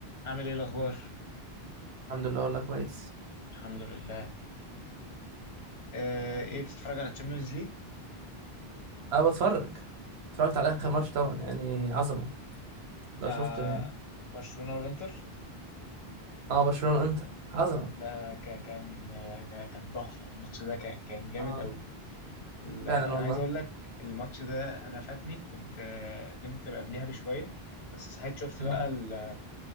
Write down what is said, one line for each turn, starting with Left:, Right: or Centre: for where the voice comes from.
Left: عامل ايه الاخبار
Right: الحمد لله والله كويس
Left: الحمد لله آه، ايه بتتفرج على الشامبيونز ليج
Right: انا بتفرج اتفرجت على اخر ماتش طبعا يعني عظمه لو
Left: بتاع
Right: شفته يعني
Left: برشلونة والانتر
Right: اه برشلونه انتر عظمه
Left: ده ك- كان آه، ك- كان تحفة الماتش ده كان كان جامد
Right: اه
Left: قوي ال-
Right: فعلا
Left: انا
Right: والله
Left: عايز اقول لك الماتش ده انا فاتني كنت آه، نمت قبلها بشوية بس صحيت شفت
Right: مم.
Left: بقى ال-